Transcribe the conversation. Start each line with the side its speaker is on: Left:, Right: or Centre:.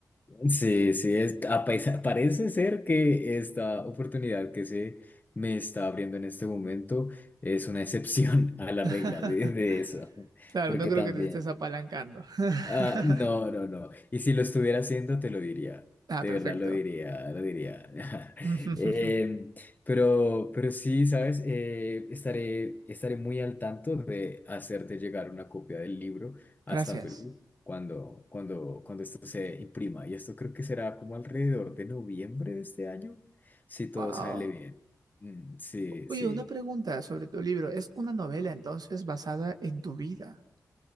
Left: Sí, sí, es, a paisa- parece ser que esta oportunidad que se me está abriendo en este momento es una excepción <laughs> a la
Right: <laughs>
Left: regla de, de eso,
Right: Claro,
Left: porque
Right: no creo
Left: también.
Right: que te estés apalancando. <laughs>
Left: Ah, no, no, no. Y si lo estuviera haciendo, te lo diría.
Right: Ah,
Left: De
Right: perfecto.
Left: verdad lo diría, lo diría. <laughs>
Right: <laughs>
Left: Em, pero, pero sí, ¿sabes? Eh, estaré, estaré muy al tanto de hacerte llegar una copia del libro hasta
Right: Gracias.
Left: Perú cuando, cuando, cuando esto se imprima. Y esto creo que será como alrededor de noviembre de este año, si todo
Right: Wow.
Left: sale bien. Mm, sí,
Right: Oye,
Left: sí.
Right: una pregunta sobre tu libro. ¿Es una novela entonces basada en tu vida?